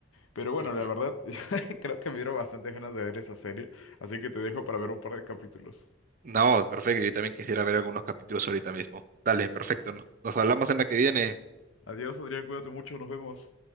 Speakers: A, on the left; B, on the right.
A: Pero bueno,
B: Ujú.
A: la verdad, <laughs> creo que me dieron bastantes ganas de ver esa serie, así que te dejo para ver un par de capítulos.
B: No, perfecto, yo también quisiera ver algunos capítulos ahorita mismo. Dale,
A: Listo.
B: perfecto, ¿no? Nos hablamos en la que viene.
A: Adiós, Adrián, cuídate mucho, nos vemos.